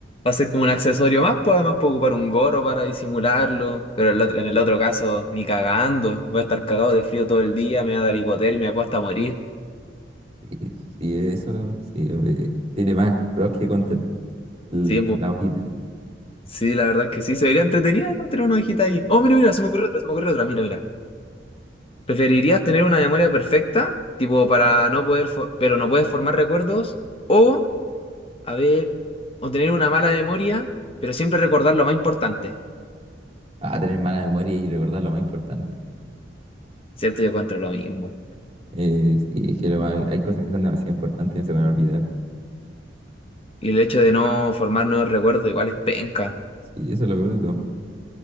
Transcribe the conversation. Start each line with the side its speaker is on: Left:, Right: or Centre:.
Left: va a ser como un accesorio más, pues además puedo ocupar un gorro para disimularlo, pero el otro, en el otro caso, ni cagando, voy a estar cagado de frío todo el día, me va a dar hipotermia, me puedo hasta morir.
Right: Sí, sí, eso sí, eh, tiene más pros que contras l-
Left: Sí, pues,
Right: la hojita.
Left: sí, la verdad es que sí, se vería entretenido ¿no? tener una hojita ahí. Oh, mira, mira, se me ocurrió otra, se me ocurrió otra, mira, mira. ¿Preferirías tener una memoria perfecta, tipo, para no poder, fo- pero no puedes formar recuerdos? O, a ver, o tener una mala memoria, pero siempre recordar lo más importante.
Right: A tener mala memoria y recordar lo más importante.
Left: Siento yo encuentro lo mismo.
Right: Eh, sí, es que lo más- hay cosas que son demasiado importantes y no se van a olvidar.
Left: Y el hecho de no formar nuevos recuerdos igual es penca,
Right: Sí, eso es lo peor de todo.